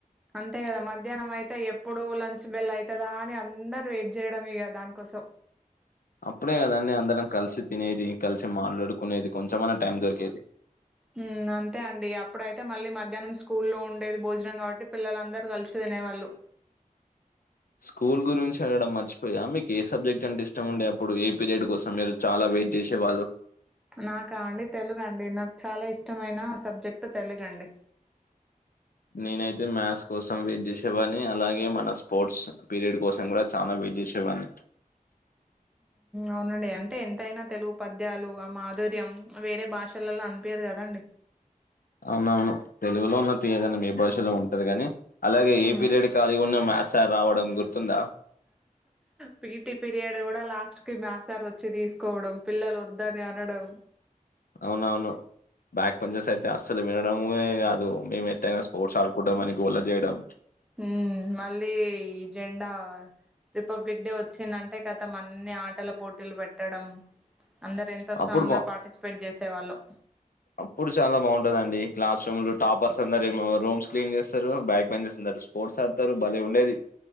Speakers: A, in the centre; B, on the left.
A: అంతే కదా మధ్యాహ్నం అయితే ఎప్పుడు లంచ్ బెల్ అయితదా అని అందరు వెయిట్ చేయడం ఇగ దానికోసం
B: అప్పుడే కదండి అందరం కలిసి తినేది కలిసి మాట్లాడుకునేది కొంచమన్నా టైం దొరికేది
A: హు అంతే అండి అప్పుడయితే మళ్ళీ మధ్యాహ్నం స్కూల్ల్లో ఉండేది భోజనం కాబట్టి పిల్లలందరు కలిసి తినేవాళ్లు
B: స్కూల్ గురించి అడగడం మర్చిపోయా మీకు ఏ సబ్జెక్ట్ అంటే ఇష్టం ఉండే అప్పుడు ఏ పీరియడ్ కోసం మీరు చాలా వెయిట్ చేసేవాళ్ళు
A: నాకా అండి తెలుగు అండి నాకు చాలా ఇష్టమైన సబ్జెక్ట్ తెలుగు అండి
B: నేనైతే మ్యాథ్స్ కోసం వేట్ చేసేవన్ని అలాగే మన స్పోర్ట్స్ పీరియడ్ కోసం కూడా చానా వేట్ చేసేవన్ని
A: అవునండి అంటే ఎంతైనా తెలుగు పద్యాలు ఆ మాధుర్యం వేరే భాషలలో అనిపియ్యదు కదా అండి
B: అవునవును తెలుగులో ఉన్న తీయదనం ఎ భాషలో ఇలా ఉంటది గాని, అలాగే ఏ
A: ఉమ్
B: పీరియడ్ కాలిగా ఉన్న మ్యాథ్స్ సార్ రావడం గుర్తుందా!
A: పీటి పీరియడ్ కూడా లాస్ట్ కి మ్యాథ్స్ సార్ వచ్చి తీసుకోవడం, పిల్లలు వద్దని అనడం.
B: అవునవును బ్యాక్ బెంచర్స్ అయితే అస్సలు వినడముయే కాదు. మేము ఎట్టైనా స్పోర్ట్స్ ఆడుకుంటామని. గోల చెయడం.
A: హ్మ్ మళ్ళీ జెండా రిపబ్లిక్ డే వచ్చిందంటే కతం, అన్ని ఆటల పోటిలు పెట్టడం. అందరు ఎంతో ఉత్సహంగా
B: అప్పుడు
A: పార్టిస్పేట్ చేస్ సేవాళ్ళు
B: అప్పుడు చాలా బాగుంటది అండి. క్లాస్ రూమ్ లో టాపర్స్ అందరేమో రూమ్స్ క్లీన్ చేస్తరు. బ్యాక్ బెంచర్స్ అందరు స్పోర్ట్స్ ఆడుతరు భలే ఉండేది.